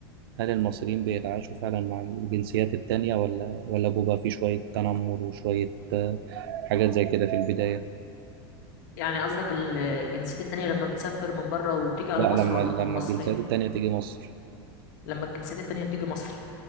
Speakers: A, on the right (about 70°); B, on the left (about 50°).
A: هل المصريين بيتعايشوا فعلا مع الجنسيات التانية ولا ولا بيبقى في شوية تنمر وشوية آه، حاجات زي كده في البداية
B: يعني قصدك ال- الجنسيات التانية لما بتسافر من بره وتيجي على
A: لا لما
B: مصر ولا
A: لما
B: من المصريين
A: الجنسيات التانية تيجي مصر
B: لما الجنسيات التانية بتيجي مصر